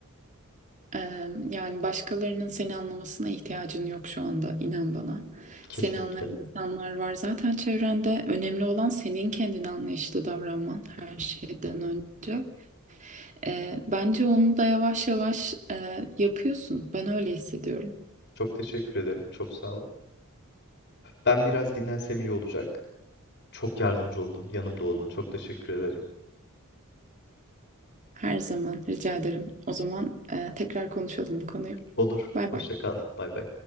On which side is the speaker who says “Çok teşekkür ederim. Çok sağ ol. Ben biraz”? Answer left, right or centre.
Left